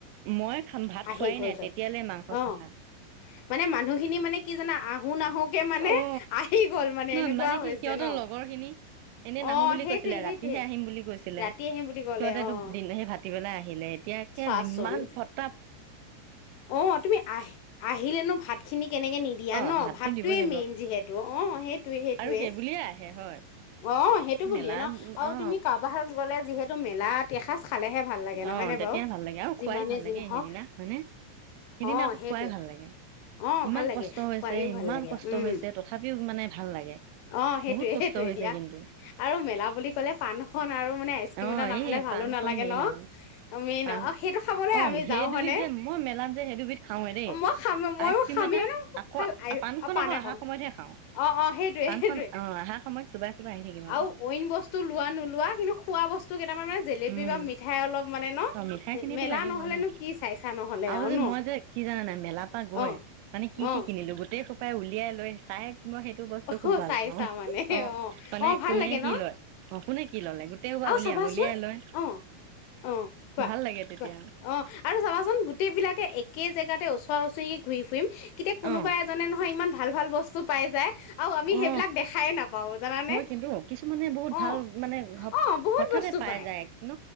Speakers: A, on the right; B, on the left.
A: মই খাম ভাত
B: আহি
A: খোৱাই
B: গ'ল
A: নাই,
B: চব
A: তেতিয়ালে মাংস
B: অ'
A: চাফা।
B: মানে মানুহখিনি মানে কি জানা আহো নাহো কে মানে
A: অ
B: আহি গ'ল মানে
A: নহয়
B: এনেকুৱা
A: কি
B: হৈছে।
A: সিহঁতৰ
B: ন
A: লগৰখিনি এনেই নাহো
B: অ'
A: বুলি
B: সেইটোয়ে
A: কৈছিলে।
B: সেইটোয়ে
A: ৰাতি হে আহিম বুলি কৈছিলে,
B: ৰাতি আহিম বুলি ক'লে
A: সিহঁতেতো
B: অ'
A: দিন সেই ভাতি বেলাই আহিলে, এতিয়া একে
B: চোৱাচোন
A: ইমান ফট
B: অ' তুমি আহ আহিলেনো ভাত খিনি কেনেকে নিদিয়া
A: অ
B: ন?
A: ভাতটো
B: ভাতটোৱে
A: দিবই লাগিব
B: মেইন যিহেতু, অ' সেইটোয়ে সেইটোয়ে।
A: আৰু সেই বুলিয়ে আহে হয়
B: অ' সেইটো বুলিয়ে
A: মেলা
B: ন, আৰু
A: অ
B: তুমি কাৰোবাৰ হাতত গ'লে যিহেতু মেলাত এসাঁজ খালেহে ভাল লাগে। নহয়
A: অ'
B: নে
A: তেতিয়াই
B: বাৰু
A: ভাল লাগে, আৰু
B: যিমানে
A: খুৱাই ভাল
B: যি
A: লাগে,
B: নহওক
A: সেইদিনা হয়নে সেইদিনা
B: অ
A: আকৌ
B: সেইটোৱে
A: খুৱাই ভাল লাগে।
B: অ
A: ইমান
B: ভাল লাগে
A: কষ্ট হৈছে,
B: খোৱাইও ভাল
A: ইমান
B: লাগে
A: কষ্ট
B: উম
A: হৈছে তথাপিও মানে ভাল লাগে।
B: অ সেইটোৱে
A: বহুত কষ্ট
B: সেইটোৱে
A: হৈছে
B: দিয়া
A: কিন্তু।
B: আৰু মেলা বুলি ক'লে পাণখন আৰু মানে আইচ ক্ৰীম
A: অ
B: এটা নাখালে
A: এই
B: ভালো
A: পাণখন
B: নালাগে
A: মেইন
B: ন?
A: আৰু
B: আমি
A: পাণ
B: ন, অ' সেইটো খাবলৈ
A: অ
B: আমি
A: সেই
B: যাওঁ
A: দুবিধ
B: হয়নে
A: যে মই মেলাত যে সেই দুবিধ খাওঁৱে দেই
B: অ' মই খাম মইয়ো
A: আইচক্ৰীম
B: খামেই
A: এটা
B: ন
A: আকৌ
B: আ
A: পাণখন
B: অ' পাণ
A: আকৌ
B: এখন।
A: অহা সময়তহে খাওঁ
B: অ', অ' সেইটোৱে
A: পাণখন
B: সেইটোৱে
A: অ অহাৰ সময়ত চোবাই চোবাই আহি থাকিব
B: আৰু অইন বস্তু লোৱা নোলোৱা কিন্তু খোৱা বস্তু কেইটামান মানে জেলেপি
A: উম
B: বা মিঠাই অলপ মানে ন
A: অ' মিঠাই খিনিটো
B: মেলা
A: লাগিবই
B: নহলেনো
A: ন?
B: কি চাইছা নহলে
A: আৰু যে
B: ন
A: মই যে কি জানানে মেলাৰ পৰা গৈ
B: অ
A: মানে
B: অ
A: কি কি কিনিলো? গোটেই সোপাই উলিয়াই লৈ চাই মই সেইটো বস্তু
B: অ
A: খুব ভাল
B: চাইছা
A: পাওঁ,
B: মানে
A: অ' মানে
B: অ ভাল
A: কোনে
B: লাগে
A: কি
B: ন
A: লয় অ' কোনে কি ল'লে গোটেই <unintelligible>
B: আৰু চাবাচোন
A: আঙুলিয়াই লয়।
B: অ অ' কোৱা,
A: ভাল লাগে তেতিয়া
B: কোৱা। অ' আৰু চাবাচোন গোটেইবিলাকে একে জেগাতে ওচৰা ওচৰিয়ে ঘূৰি ফুৰিম। কেতিয়া কোনোবা
A: অ
B: এজনে নহয় ইমান ভাল ভাল বস্তু পাই যায়। আৰু আমি
A: অ
B: সেইবিলাক দেখাই নাপাওঁ জানানে।
A: হয় কিন্তু কিছুমানে বহুত ভাল
B: অ'।
A: মানে ঘপ
B: অ' বহুত
A: হঠাতে
B: বস্তু
A: পাই
B: পায়
A: যায় ন